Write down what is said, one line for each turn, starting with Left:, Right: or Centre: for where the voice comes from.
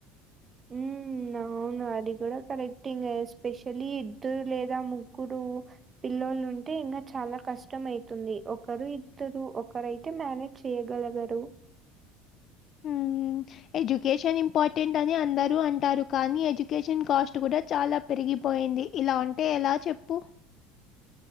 Right: ఉమ్ అవును అది కూడా కరెక్ట్ ఇంగ ఎస్పెషలీ ఇద్దరు లేదా ముగ్గురు పిల్లలు ఉంటే ఇంగా చాలా కష్టం అయితుంది ఒకరు ఇద్దరు ఒకరైతే మేనే చేయగలగరు
Left: హుమ్ ఎడ్యుకేషన్ ఇంపార్టెంట్ అని అందరూ అంటారు కానీ ఎడ్యుకేషన్ కాస్ట్ కూడా చాలా పెరిగిపోయింది ఇలా ఉంటే ఎలా చెప్పు